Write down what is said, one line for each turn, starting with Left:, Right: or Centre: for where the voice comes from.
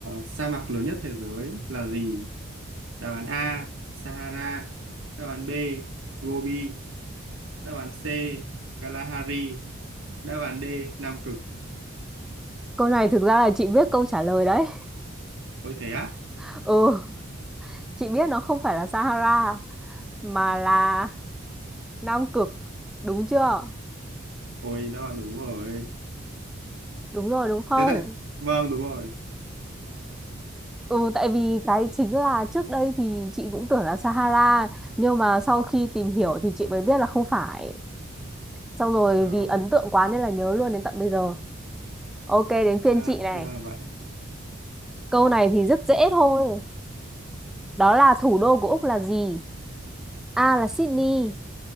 Right: sa mạc lớn nhất thế giới là gì? Đáp án A, Sahara. Đáp án B, Gobi. Đáp án C, Kalahari. Đáp án D, Nam Cực.
Centre: câu này thực ra là chị biết câu trả lời đấy.
Right: Ôi thế á?
Centre: <laughs> Ừ, chị biết nó không phải là Sahara mà là Nam Cực, đúng chưa?
Right: Ôi đáp án đúng rồi.
Centre: Đúng rồi đúng không?
Right: Thế tại, vâng đúng rồi.
Centre: Ừ, tại vì cái chính là trước đây thì chị cũng tưởng là Sahara nhưng mà sau khi tìm hiểu thì chị mới biết là không phải. Xong rồi
Right: À,
Centre: vì ấn tượng quá nên là nhớ luôn đến tận bây giờ. Ok, đến phiên
Right: ra,
Centre: chị này.
Right: ra là vậy.
Centre: Câu này thì rất dễ thôi. Đó là thủ đô của Úc là gì? A là Sydney,